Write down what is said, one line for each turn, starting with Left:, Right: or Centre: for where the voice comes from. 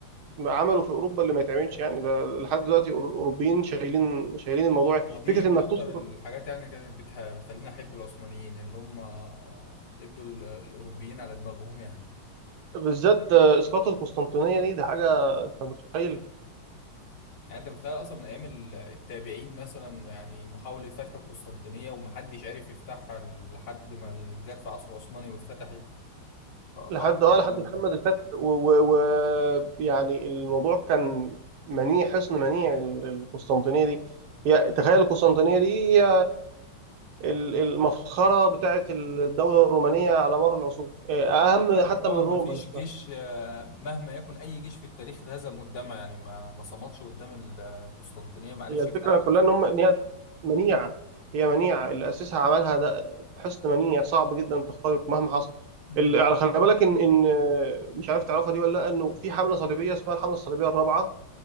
Right: عمله في اوروبا اللي ما يتعملش يعني ده لحد دلوقتي الأور- الاوروبيين شايلين شايلين الموضوع
Left: ودي
Right: فكره
Left: من
Right: انك
Left: أكتر
Right: تسقط
Left: الحاجات يعني اللي كانت بتح... بتخليني أحب العثمانيين اللي هم ادوا ال- الأوروبيين على دماغهم يعني
Right: بالذات آه، اسقاط القسطنطينيه دي ده حاجه انت متخيل
Left: يعني أنت متخيل أصلا من أيام ال- التابعين مثلا يعني محاولة فتح القسطنطينية ومحدش عارف يفتحها لحد ما جت في عصر عثماني واتفتحت فطبعا
Right: لحد اه
Left: يعني
Right: لحد
Left: وال-
Right: محمد الفاتح ويعني الموضوع كان منيع حصن منيع ال- القسطنطينيه دي يا- تخيل القسطنطينيه دي هي ال- المفخره بتاعت الدوله الرومانيه على مر العصور آه، اهم
Left: لا
Right: حتى
Left: وطبعا
Right: من روما
Left: ما فيش جيش آه، مهما يكن اي جيش في التاريخ اتهزم قدامها يعني ما ما صمدش قدام ال- القسطنطينيه ما عرفش
Right: هي الفكرة
Left: يفتحها
Right: كلها
Left: اصلا
Right: إن هم إن هي منيعة هي منيعة اللي أسسها عملها ده حسن منيع صعب جدا تخترق مهما حصل
Left: امم
Right: ال- على خلي بالك إن إن آه، مش عارف تعرفها دي ولا لأ إنه في حملة صليبية اسمها الحملة الصليبية الرابعة